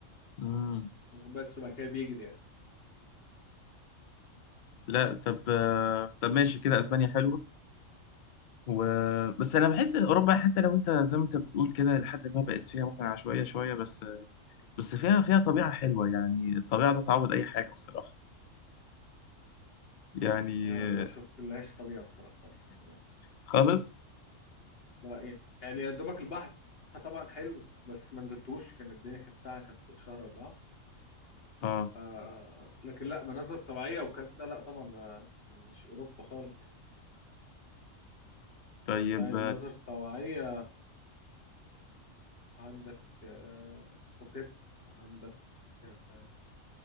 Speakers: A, on the left; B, on the left.
A: امم
B: بس وبعد كده بيجري يعني
A: لا طب آه، طب ماشي كده اسبانيا حلوه و... بس انا بحس ان اوروبا حتى لو انت زي ما انت بتقول كده لحد ما بقت فيها ممكن عشوائيه شويه بس بس فيها فيها طبيعه حلوه يعني الطبيعه ده تعوض اي حاجه بصراحه يعني
B: آه، أنا ما
A: آه،
B: شفت لهاش طبيعة الصراحة خالص
A: خالص
B: لا يعني يا دوبك البحر طبعا حلو بس ما نزلتوش كان الدنيا كانت ساعة كانت في شهر أربعة
A: اه
B: آه لكن لا مناظر طبيعية والكلام ده لا طبعا آه، مش أوروبا خالص يعني
A: طيب
B: أنت عايز مناظر طبيعية عندك آه، بوكيت عندك آه،